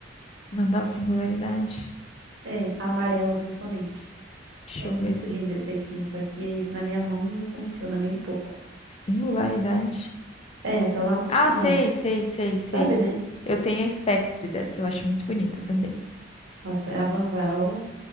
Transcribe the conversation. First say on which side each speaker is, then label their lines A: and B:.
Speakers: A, on the left (about 30°); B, on the right (about 70°).
A: Vandal Singularidade.
B: É, a amarela, principalmente.
A: Deixa
B: É
A: eu
B: muito
A: ver.
B: linda essa skin, só que na minha mão não funciona nem um pouco.
A: Singularidade.
B: É, tá lá pro
A: Ah,
B: final.
A: sei, sei, sei, sei.
B: Sabe, né?
A: Eu tenho a Spectre dessa, eu acho muito bonita também.
B: Nossa, é a Vandal.